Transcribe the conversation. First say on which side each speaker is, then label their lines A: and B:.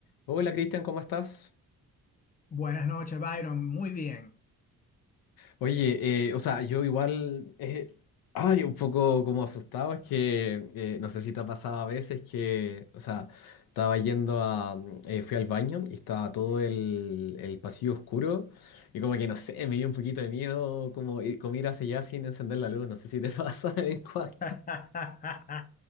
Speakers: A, on the left (about 70°); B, on the left (about 25°).
A: Hola Cristian, ¿cómo estás?
B: Buenas noches, Byron. Muy bien.
A: Oye, eh, o sea, yo igual, eh, ay, un poco como asustado, es que eh, no sé si te ha pasado a veces que, o sea, estaba yendo a, mm, eh, fui al baño y estaba todo el, el pasillo oscuro y como que no sé, me dio un poquito de miedo como ir, como ir hacia allá sin encender la luz, no sé si te <laughs> pasa de vez en cuando.
B: <laughs>